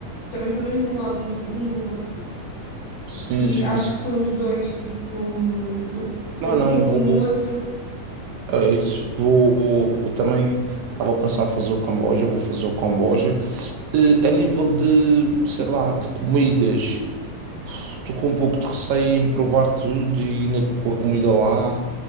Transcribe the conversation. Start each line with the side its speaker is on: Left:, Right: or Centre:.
Left: também são mesmo ao lado um do, um do outro,
Right: sim,
Left: e
Right: sim,
Left: acho
Right: sim.
Left: que são os dois, tipo, o- tanto
Right: Não, não,
Left: um como
Right: vou,
Left: o outro.
Right: é isso, vou, eu também estava a pensar fazer o Camboja, vou fazer o Camboja. Eh, a nível de, sei lá, de comidas... Estou com um pouco de receio em provar tudo e ir na, com a comida lá.